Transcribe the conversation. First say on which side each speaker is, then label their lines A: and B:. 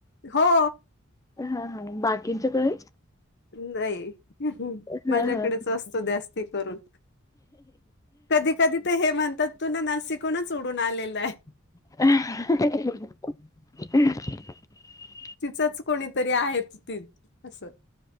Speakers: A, on the left; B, on the left.
A: हो
B: हा हा बाकीच्या कडे
A: नाही
B: हा
A: माझ्याकडेच
B: हा
A: असतो जास्ती करून कधी कधी तर हे म्हणतात तू ना नासिकूनच उडून आलेल
B: <unintelligible>
A: तिचंच कोणीतरी आहेच ती अस